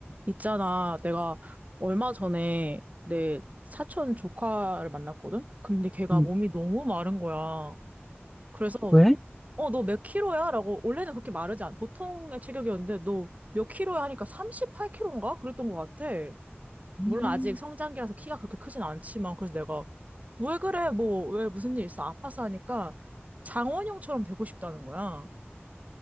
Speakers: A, on the right; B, in the centre.
A: 있잖아, 내가 얼마 전에 내 사촌 조카를 만났거든? 근데 걔가
B: 음,
A: 몸이 너무 마른 거야. 그래서,
B: 왜?
A: 어, 너 몇 킬로야? 라고, 원래는 그렇게 마르지 않, 보통의 체격이었는데, 너 몇 킬로야? 하니까 38킬로인가? 그랬던 것 같아.
B: 음.
A: 물론 아직 성장기라서 키가 그렇게 크진 않지만, 그래서 내가, 왜 그래? 뭐, 왜 무슨 일 있어? 아파서 하니까, 장원영처럼 되고 싶다는 거야.